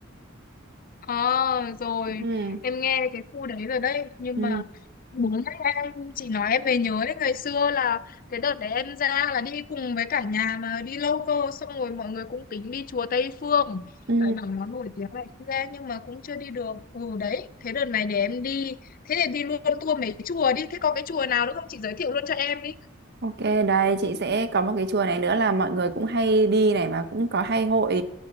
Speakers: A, on the left; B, on the right.
A: Ờ rồi
B: Ừ.
A: em nghe cái khu đấy rồi đấy nhưng
B: Ừ.
A: mà đúng đấy em chị nói em mới nhớ đấy ngày xưa là cái đợt đấy em ra là đi cùng với cả nhà mà đi lâu cơ xong rồi mọi người cũng tính đi chùa Tây Phương
B: Ừ.
A: tại bảo nó nổi tiếng này kia nhưng mà cũng chưa đi được ừ đấy thế đợt này để em đi thế thì đi luôn tour mấy chùa đi thế có cái chùa nào nữa không chị giới thiệu luôn cho em đi
B: Ok, đây chị sẽ có một cái chùa này nữa là mọi người cũng hay đi này mà cũng có hay hội